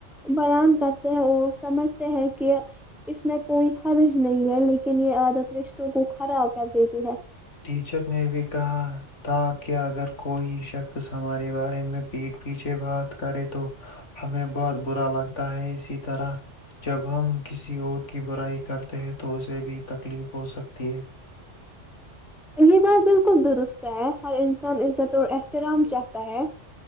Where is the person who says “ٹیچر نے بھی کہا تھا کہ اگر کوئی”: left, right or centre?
Left